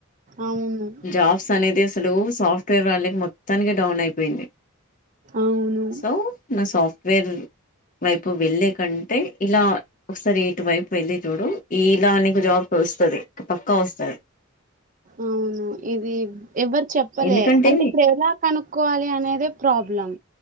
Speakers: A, on the right; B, on the left.
A: అవును
B: జాబ్స్ అనేదిసలు సాఫ్ట్వేర్ వాళ్ళకి మొత్తానికి డౌన్ అయిపోయింది
A: అవును
B: సో నువ్ సాఫ్ట్వేర్ వైపు వెళ్ళే కంటే ఇలా ఒకసారి ఇటువైపు వెళ్ళి చూడు ఈల నీకు జాబ్ వస్తది పక్కా వస్తది <inaudible>
A: అవును ఇది ఎవరు చెప్పలే
B: ఎందుకంటే
A: అంటే ఇప్పుడు ఎలా కనుక్కోవాలి అనేదే ప్రాబ్లం